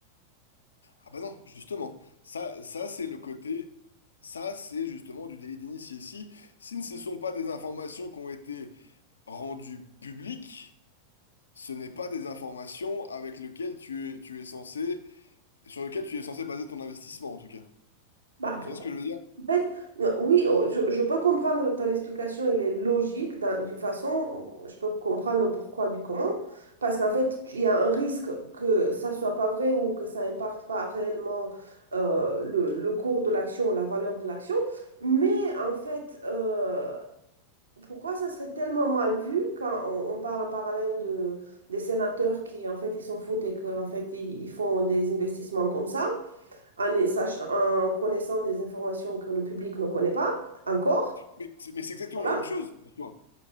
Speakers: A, on the left (about 70°); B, on the right (about 75°).
A: ah bah non, justement, ça, ça c'est le côté... Ça, c'est justement du délit d'initié. Si, si ne ce sont pas des informations qui ont été rendues publiques, ce n'est pas des informations avec lesquelles tu es, tu es censé sur lequel tu es censé baser ton investissement, en tout cas.
B: Bah,
A: Tu
B: pourquoi?
A: vois ce que je veux dire?
B: En fait, euh, oui, oh, je, je peux comprendre ton explication, elle est logique d'un- d'une façon, je peux comprendre le pourquoi du comment, parce qu'en fait, il y a un risque que ça soit pas vrai ou que ça impacte pas réellement euh, le, le cours de l'action, la valeur de l'action, mais en fait, euh, pourquoi ça serait tellement mal vu quand on, on parle en parallèle de, des sénateurs qui, en fait, ils s'en foutent et qu'en fait, ils ils font des investissements comme ça? en, est- sach- en connaissant des informations que le public ne connaît pas encore.
A: Mais c'est mais c'est exactement
B: Voilà.
A: la même chose, en soi.